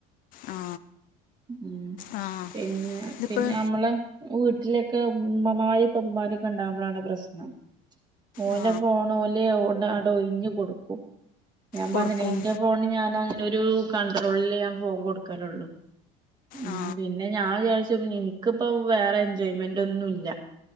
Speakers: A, on the left; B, on the right.
A: ആ
B: ഉ
A: ആ
B: പിന്നെ
A: ഇതിപ്പോൾ
B: പിന്നെ നമ്മള് വീട്ടിലൊക്കെ ഉ മപ്പ്മാരൊക്കെണ്ടാവുമ്പോളാണ് പ്രശ്നം ഓലെ
A: ആ
B: പോണ ഓല ണ്ട് അട ഒഴഞ്ഞു കൊടുക്കും ഞാൻ
A: കൊടുക്കും
B: പറഞ്ഞില്ല ഫോണ് ഞാൻ അങ്ങനെ ഒരു കണ്ട്രോളില് ഞാൻ ഫോൺ കൊടുക്കാുള്ളു ഉം
A: ആ
B: പിന്നെ ഞാൻ വിചാച്ച എനിക്കിപ്പ വേറെ എൻജോയ്മെന്റ് ഒന്നും ഇല്ല